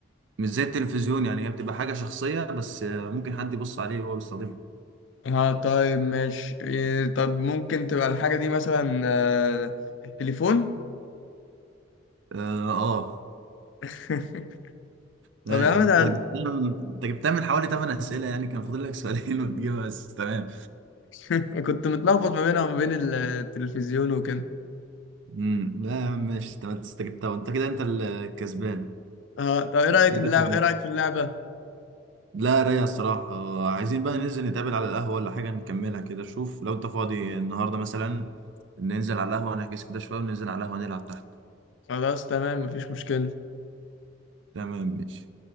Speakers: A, on the right; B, on the left.
A: مش زي التلفزيون يعني هي بتبقى حاجة شخصية بس آه، ممكن حد يبص عليه وهو بيستخدمها
B: اه طيب ماشي إيه طب ممكن تبقى الحاجة دي مثلا آه، التليفون
A: اه آه.
B: <laughs>
A: ماشي
B: طب يا عم
A: يعني انت
B: ده
A: جبتها من- انت جبتها من حوالي 8 اسئله يعني كان فاضل لك سؤالين <laughs> وتجيبها بس تمام
B: أنا <laughs> كنت متلخبط ما بينها وما بين التلفزيون وكده
A: امم لا يا عم ماشي انت أنت جبتها وانت كده انت الكسبان
B: اه طب ايه رأيك
A: كده
B: نلعب
A: اتنين.
B: ايه رأيك في اللعبة
A: لا رايق الصراحه آه، عايزين بقى ننزل نتقابل على القهوه ولا حاجه نكملها كده شوف لو انت فاضي النهارده مثلا ننزل على القهوه نحجز كده شويه وننزل على القهوه نلعب تحت
B: خلاص تمام مفيش مشكلة
A: تمام ماشي